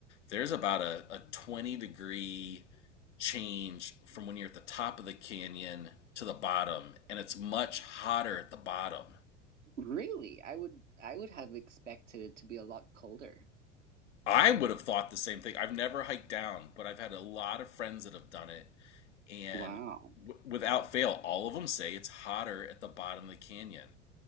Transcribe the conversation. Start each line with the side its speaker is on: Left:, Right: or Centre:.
Left: there's about a, a 20 degree change from when you're at the top of the canyon to the bottom, and it's much hotter at the bottom.
Right: Really? I would I would have expected it to be a lot colder.
Left: I would have thought the same thing. I've never hiked down, but I've had a lot of friends that have done it, and
Right: Wow.
Left: w without fail, all of them say it's hotter at the bottom of the canyon,